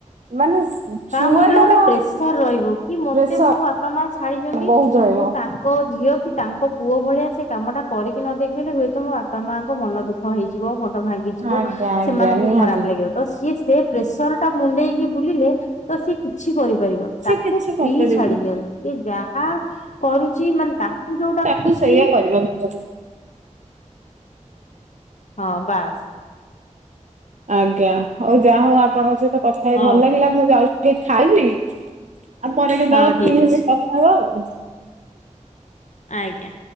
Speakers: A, on the right; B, on the left.
A: ମାନେ ସି
B: ତା
A: ଛୁଆଟାର
B: ମୁଣ୍ଡରେ ଗୋଟେ ପ୍ରେସର ରହିବ କି ମତେ
A: ପ୍ରେସର
B: ମୋ ବାପା ମା ଛାଡ଼ିଦିଅନ୍ତି
A: ବହୁତ ରହିବ।
B: ମୁଁ ତା ଙ୍କ ଝିଅକି ତାଙ୍କ ପୁଅ ଭଳିଆସେ କାମଟା କରିକି ନଦେଖେଇଲେ ହୁଏତ ମୋ ବାପା ମାଆଙ୍କ ମନ ଦୁଃଖ ଦୁଃଖ ହେଇଯିବ ମନ ଭାଙ୍ଗିଯିବ
A: ଆଜ୍ଞା ଆଜ୍ଞା
B: ସେମାନଙ୍କୁ
A: ନିହାତି।
B: ଖରାପ୍ ଲାଗିବ। ତ ସିଏ ସେପ୍ରେସରଟା ମୁଣ୍ଡେଇକି ବୁଲିଲେ ତସିଏ କିଛି କରିପାରିବନି।
A: ସେ
B: ତାକୁ
A: କିଛି
B: ଫ୍ରି
A: କରିପାରିବନି।
B: ଛାଡ଼ିଦିଅନ୍ତୁ ସେଯାହା କରୁଚି ମାନେ ତାକୁ ଯୋଉଟା ଖୁସି
A: ତୁ ସେଇଆ କରିବାକୁୁ ପଡ଼ୁ
B: ହଁ- ବାସ୍।
A: ଆଜ୍ଞା ହଉ ଯାହା ହଉ ଆପଣଙ୍କ ସହିତ କଥା ହେଇ
B: ହଁ
A: ଭଲ ଲାଗିଲା ମୁଁ ଯାଉଚି ଟିକେ ଖାଇବି ଆଉ ପରେ କେତେବେଳେ
B: ହଁ ଠିକ
A: ଫ୍ରି ହେଲେ
B: ଅଛି
A: କଥା ହବା ଆଉ।
B: ଆଜ୍ଞା।